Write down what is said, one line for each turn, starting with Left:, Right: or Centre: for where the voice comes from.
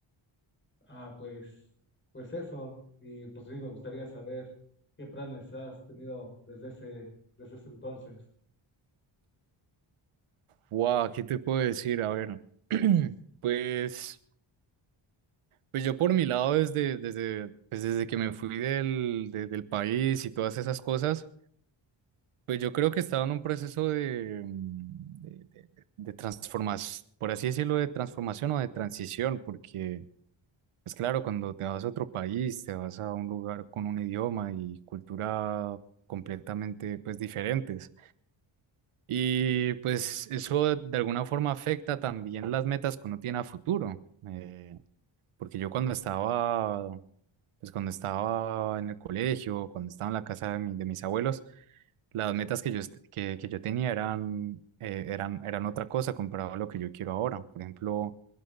Left: Ah, pues, pues eso, y pues sí, me gustaría saber qué planes has tenido desde ese, desde ese entonces.
Right: Wow, ¿qué te puedo decir? A ver, <clears throat> pues, pues yo por mi lado, desde, desde, pues desde que me fui del, de- del país y todas esas cosas. Pues yo creo que estaba en un proceso de, mm, de, de, de transformas- por así decirlo, de transformación o de transición, porque es claro, cuando te vas a otro país, te vas a un lugar con un idioma y cultura completamente pues diferentes. Y pues eso de alguna forma afecta también las metas que uno tiene a futuro. eh, porque yo cuando estaba pues cuando estaba en el colegio, cuando estaba en la casa de, mi- de mis abuelos, las metas que yo, est- que, que yo tenía eran, eh, eran, eran otra cosa comparado a lo que yo quiero ahora. Por ejemplo,